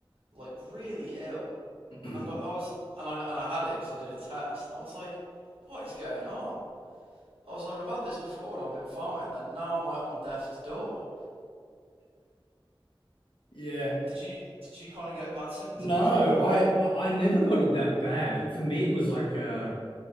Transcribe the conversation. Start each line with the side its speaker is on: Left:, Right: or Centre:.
Right: like really ill
Left: <clears throat>
Right: and I I was and I and I had it because I did a test and I was like what is going on I was like I've had this before and I've been fine and now I'm like on death's door
Left: Yeah.
Right: did you did you kind of get bad symptoms
Left: No,
Right: when you had
Left: I
Right: it
Left: I I never got it that bad. For me, it was like uh